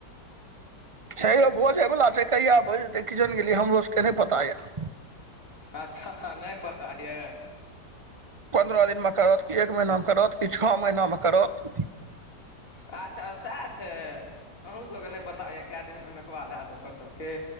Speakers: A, on the right; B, on the left.
A: छै यौ बोजैवला छै कहिया बजतै कि जन गेलियै हमरो सबके नहि पता यऽ
B: अच्छाह नहि पता यऽ
A: पन्द्रह दिनमें करत कि एक महिनामें करत कि छह महिनामें करत
B: अच्छा सएह छैय, अहूँ सबके नहि पता यऽ कए दिन में नखवाल हेत ओकर सबके